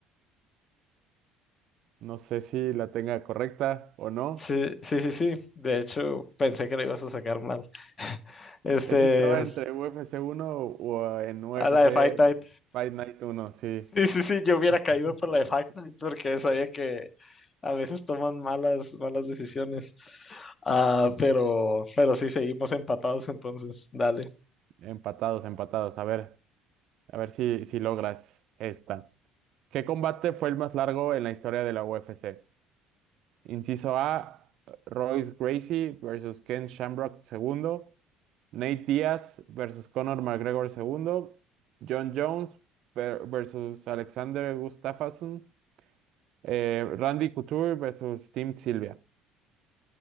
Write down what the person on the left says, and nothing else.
Sí, sí, sí, sí. De hecho, pensé que lo ibas a sacar mal. <laughs> Este
es
a la de Fight Night.
Sí, sí, sí, yo hubiera
caído por la de Fight Night porque sabía que a veces toman malas, malas decisiones. Ah, pero, pero sí, seguimos empatados entonces, dale.